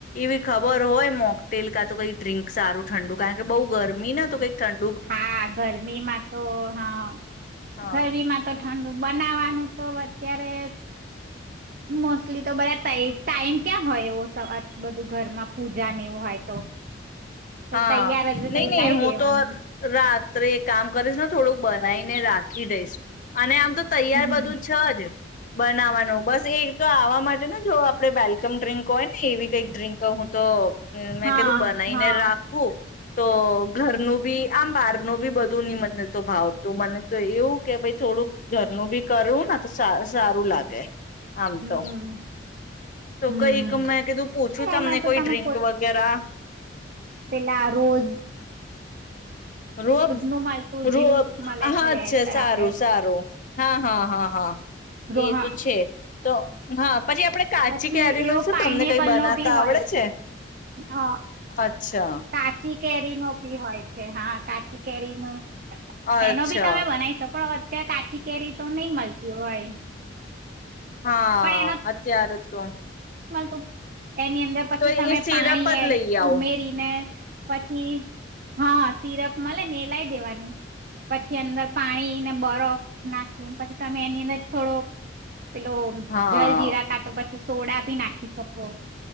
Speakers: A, on the left (about 45°); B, on the right (about 50°).
A: એવી ખબર હોય મોકટેલ કા તો કઈ ડ્રિંક સારું ઠંડુ. કારણ કે બઉુ ગરમી ના તો કંઈક ઠં
B: હા, ગરમીમાં તો હા
A: હા.
B: ગરમીમાં તો ઠંડુ બનાવવાનું તો અત્યારે મોસ્ટલી તો બધા ટાઇ ટાઈમ ક્યાં હોય એવો. બધું ઘરમાં પૂજા ને એવું હોય. તો. તો
A: હા
B: તૈયાર જ
A: નહી
B: કઈ
A: નહી
B: લાવી
A: હું
B: દેવાનું
A: તો રાત ત્રે કામ કરીશ ને થોડુંક બનાવીને રાખી દઈશ અને આમ તો તૈયાર
B: હમ
A: બધું છે જ. બનાવાનું બસ એ તો આવા માટે ને જો આપડે વેલકમ ડ્ર્રીંક હોય ને એવી કંઈક ડ્ર્રીંક હું તો મેં
B: હા
A: કીધું બનાવીને
B: હા
A: રાખ તો ઘરનું બી આમ બહારનું બી બધું ની મને તો ભાવ તું મને તો એવું કે ભાઈ થોડુંક ઘરનું બી કરવું ને તો સા સારું લાગે. આમ
B: હમ
A: તો તો
B: હમ
A: કઈક મેં કીધું પૂછું તમને
B: એમાં તો
A: કોઈ
B: તમે
A: ડ્રિંક વગેરા
B: એલા રોજ
A: રોબ
B: નું મળતું
A: રો
B: જ્યુસ મળે
A: હા
B: છે
A: અચ્છા
B: રેટ આપડે
A: સારું સારું, હા હા હા હા
B: રોહ
A: એ તો છે તો હા પછી આપડે કાચી
B: પછી
A: કેરીનું
B: એવો
A: શું
B: પાઈનેપલ
A: તમને કઈ બનાતા
B: નો બી હોય
A: આવડે છે?
B: અ
A: અચ્છા.
B: કાચી કેરી નો ભી હોય. હા કાચી કેરી નું
A: અચ્છા
B: એનો ભી તમે બનાવી શકો ત્યાં કાચી કેરી તો નહી મળતી હોય.
A: હા
B: પણ
A: અત્યારે તો
B: તો એની અંદર પછી
A: તો
B: તમે
A: એ સિરપ
B: પાણી
A: જ
B: એડ
A: લઈ આવો
B: ઉમેરી પછી, હા સિરપ મળે ને એ લાઈ દેવાની પછી અંદર પાણી ને બરફ નાખી પછી તમે એની અંદર થોડો પેલો
A: હા
B: જલ જીરા કા તો પછી સોડા બી નાખી શકો.